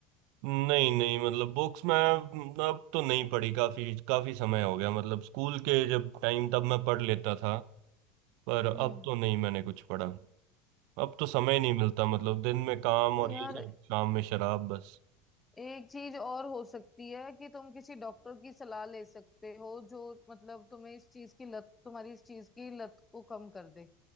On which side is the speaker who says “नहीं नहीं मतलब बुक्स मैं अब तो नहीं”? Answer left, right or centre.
Right